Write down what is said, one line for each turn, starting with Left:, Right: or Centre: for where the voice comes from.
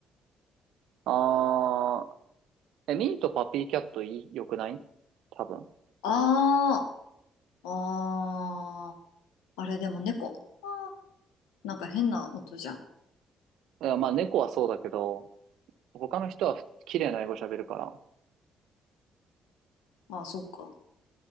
Right: あー、え、ミーとパピーキャットいい、良くない多分。
Left: ああ、ああ、あれでも猫。あーなんか変な音じゃん。
Right: いや、まあ、猫はそうだけど、他の人は綺麗な英語喋るから。
Left: ああ、そうか。